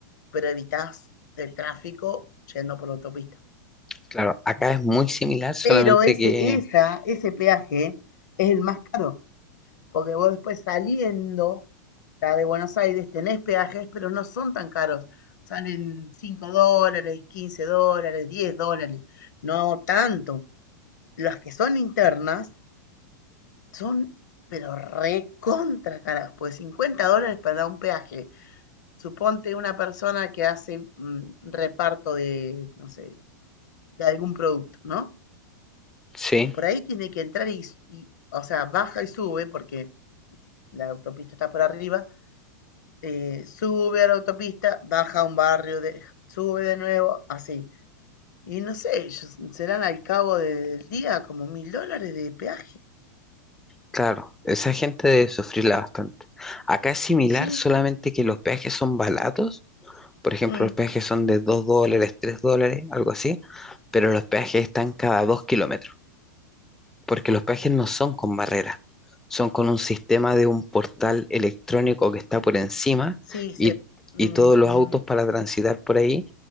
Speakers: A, on the left; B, in the centre.
A: pero evitás el tráfico yendo por la autopista.
B: claro, acá es muy similar, solamente
A: Pero ese,
B: que,
A: esa, ese peaje es el más caro, porque vos después saliendo ya de Buenos Aires tenés peajes, pero no son tan caros. Salen 5 dólares, 15 dólares, 10 dólares, no tanto. Las que son internas son, pero recontra caras, pues 50 dólares para un peaje. Suponte una persona que hace mm, reparto de, no sé, de algún producto, ¿no?
B: sí,
A: Por ahí tiene que entrar y, y, o sea, baja y sube, porque la autopista está por arriba, eh, sube a la autopista, baja a un barrio, de, sube de nuevo, así. Y no sé, serán al cabo del día como mil dólares de peaje.
B: claro, esa gente debe sufrirla bastante. Acá es similar,
A: Y sí,
B: solamente que los peajes son baratos, por ejemplo,
A: mm,
B: los peajes son de 2 dólares, 3 dólares, algo así pero los peajes están cada dos kilómetros, porque los peajes no son con barrera, son con un sistema de un portal electrónico que está por encima
A: sí, se,
B: y,
A: mm,
B: y todos los
A: mm,
B: autos para transitar por ahí